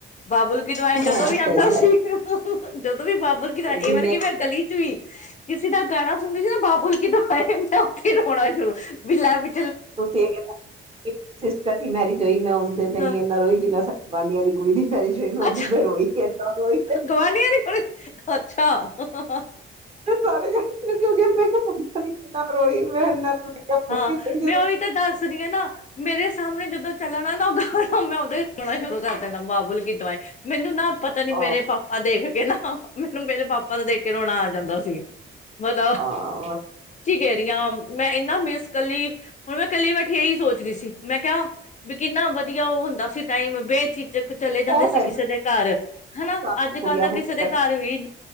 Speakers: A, on the left (about 35°); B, on the right (about 30°).
A: ਬਾਬੁਲ ਕੀ ਦਵਾਇ ਜਦੋਂ
B: ਹੈ
A: ਵੀ
B: ਸਹੀ
A: ਆਉਂਦਾ
B: ਗੱਲ
A: ਸੀ ਜਦੋਂ ਵੀ ਬਾਬੁਲ ਕੀ ਦਏ ਇਹ
B: ਜਿੰਨੇ
A: ਮਤਲਬ ਕਿ ਮੈਂ ਗਲੀ ਚ ਵੀ ਕਿਸੇ ਦਾ ਗਾਣਾ ਸੁਣਦੀ ਸੀ ਨਾ ਬਾਬੂਲ ਕਿੀ ਦਾਏ ਕਣ ਅ ਪਲਾ ਪ
B: ਤੁਸੀਂ ਇਹ ਸਿਸਟਰ ਦੀ ਮੈਰਿਜ ਹੋਈ ਮੈਂ ਆਉਂਦੇ ਤੇ
A: ਹਾਂ,
B: ਨੀ ਇਨਾ ਰੋਹੀ ਜਿੰਨਾ ਬਾਨੀਆਂ ਦੀ ਕੁੜੀ ਦੀ ਸਰੀ ਜੋਈ ਮੈਂ ਉਦਰ
A: ਅੱਛਾ
B: ਤਾਂ ਰੋਈ ਇਨਾ ਰੋਈ
A: ਗਵਾਂਢੀਆਂ ਦੀ ਕੁੜੀ ਅੱਛਾ
B: ਸਾਰੇ ਜਾ ਮਨ ਕਿਕ ਮ ਕਿਹਾਨਾ ਰੋਈ ਮੈਂ ਇ
A: ਹਾਂ ਮੈਂ ਉਹੀ ਤਾਂ ਦੱਸਦੀ ਹਾਂ ਨਾ ਮੇਰੇ ਸਾਹਮਣੇ ਜਦੋਂ ਚੱਲਣਾ <unintelligible> <unintelligible> ਮੈਨੂੰ ਨਾ ਪਤਾ ਨੀ ਮੇਰੇ
B: ਆ
A: ਪਾਪਾ ਦੇਖ ਕੇ ਨਾ ਮੈਨੂੰ ਮੇਰੇ ਪਾਪਾ ਦਾ ਦੇਖ ਕੇ ਰੋਣਾ ਆ ਜਾਂਦਾ ਸੀ ਮਤਾ
B: ਹਾਂ
A: ਗ ਰਹੀ ਹਾਂ ਮੈਂ ਇੰਨਾ ਮਿਸ ਕੱਲੀ ਹੁਣ ਮੈਂ ਕੱਲੀ ਵ ਥੇ ਇਹੀ ਸੋਚਦੀ ਸੀ ਮੈਂ ਕਿਹਾ ਵੀ ਕਿੰਨਾ ਵਧੀਆ ਉਹ ਹੁੰਦਾ ਸੀ ਟਾਈਮੇ ਜ ਚਲੇ ਜਾਂਦੇ
B: ਉਹ ਟਾਈਮ
A: ਕਿਸੇ ਦੇ ਘਰ ਹਨਾ
B: ਸਾਰੇ
A: ਅੱਜ
B: ਕੁੜੀਆਂ
A: ਕੱਲ ਦਾ
B: ਮੁੰਡੇ
A: ਕਿਸੇ
B: ਇਕੱਠੇ
A: ਦੇ ਘਰ ਵੀ